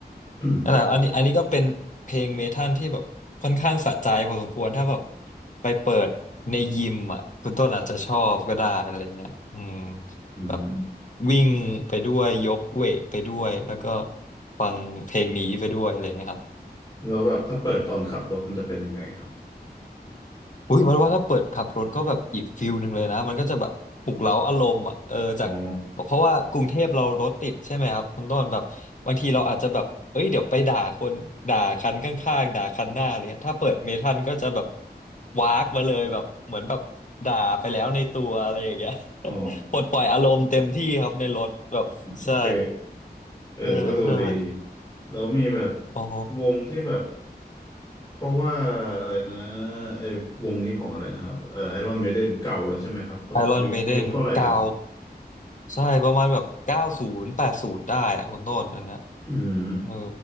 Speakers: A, on the left; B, on the left.
A: <coughs>
B: นั่นแหละอันนี้อันนี้ก็เป็นเพลงเมทัลที่แบบค่อนข้างสะใจพอสมควร ถ้าแบบไปเปิดในยิมอ่ะคุณต้นอาจจะชอบก็ได้อะไรเงี้ยอืม
A: <clears throat> อืม
B: แบบวิ่งไปด้วยยกเวทไปด้วยแล้วก็ฟังเพลงนี้ไปด้วยอะไรเงี้ยครับ
A: แล้วแบบถ้าเปิดตอนขับรถมันจะเป็นยังไงครับ
B: อุ้ยเพราะว่าถ้าเปิดขับรถก็แบบอีกฟิลหนึ่งเลยนะมันก็จะแบบปลุกเร้าอารมณ์อ่ะเออจาก
A: อ๋อ
B: เพราะว่ากรุงเทพเรารถติดใช่ไหมครับคุณต้นแบบบางทีเราอาจจะแบบเอ้ยเดี๋ยวไปด่าคนด่าคันข้างๆด่าคันหน้าอะไรเงี้ยถ้าเปิดเมทัลก็จะแบบวากมาเลยแบบเหมือนแบบด่าไปแล้วในตัวอะไรอย่างเงี้ย
A: <laughs> อ๋อ
B: <laughs> ปลดปล่อยอารมณ์เต็มที่ครับในรถแบบใช่
A: โอเคเออก็ดูดี
B: ใช่ใช่
A: แล้วมีแบบ
B: อ๋อ
A: วงที่แบบ เพราะว่าอะไรนะไอ้วงนี้ของอะไรนะครับเอ่อไอรอนเมเดนเก่าแล้วใช่ไหมครับแบบยุคยุคเท่าไหร่นะครับ
B: ไอรอนเมเดนเก่าใช่ประมาณแบบเก้าศูนย์แปดศูนย์ได้อะคุณต้นอันนะ
A: อืม
B: เออ